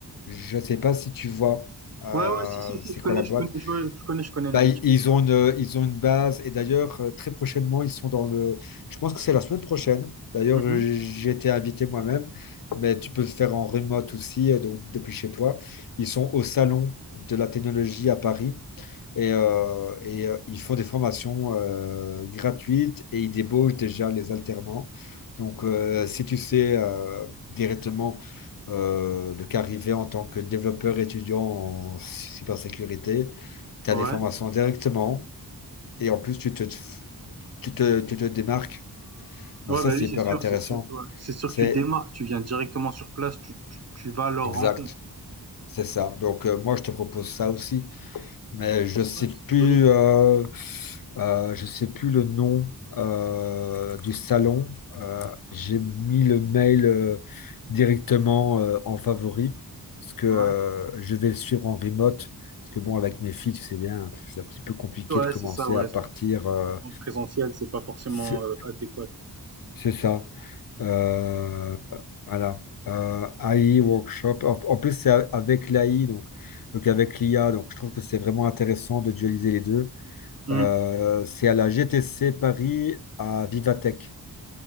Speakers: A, on the left (about 60°); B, on the right (about 40°).
A: Je sais pas si tu vois, euh,
B: Ouais, ouais, si, si, si,
A: c'est
B: je connais,
A: quoi la
B: je
A: boîte?
B: connais, je, ouais, je connais, je connais
A: Bah,
B: Nvidia.
A: i- ils ont une, ils ont une base et d'ailleurs, euh, très prochainement, ils sont dans le. Je pense que c'est la semaine prochaine. D'ailleurs,
B: Mhm.
A: euh, j'ai été invité moi-même, mais tu peux le faire en remote aussi, euh, donc depuis chez toi. Ils sont au Salon de la technologie à Paris. Et, euh, et, euh, ils font des formations euh, gratuites et ils débauchent déjà les alternants. Donc, euh, si tu sais euh, directement euh, de qu'arriver en tant que développeur étudiant en cybersécurité, tu
B: Ouais.
A: as des formations directement et en plus, tu te, tu te, tu te démarques.
B: Ouais,
A: Bon, ça,
B: bah
A: c'est
B: oui,
A: hyper
B: c'est sûr,
A: intéressant.
B: c'est sûr. ouais. C'est sûr
A: C'est
B: que tu démarres, tu viens directement sur place, tu, tu, tu vas à leur
A: exact.
B: rencontre.
A: C'est ça. Donc, euh, moi, je te propose ça aussi. mais je sais
B: Ouais, c'est une
A: plus,
B: bonne idée.
A: euh, euh, je sais plus le nom euh, du salon. Euh, j'ai mis le mail euh, directement euh, en favori parce que euh,
B: Ouais,
A: je vais le suivre en remote. Parce que bon, avec mes filles, tu sais bien, c'est un petit peu compliqué
B: ouais
A: de commencer
B: c'est ça, ouais.
A: à partir.
B: c'est-
A: euh,
B: En présentiel, c'est pas forcément
A: c'est
B: euh, adéquat.
A: c'est ça. Euh, voilà. Euh, AI Workshop. En, en plus, c'est a- avec l'AI, donc, donc avec l'IA. Donc, je trouve que c'est vraiment intéressant de dualiser les deux.
B: Hmm.
A: Euh, c'est à la GTC Paris à Vivatech.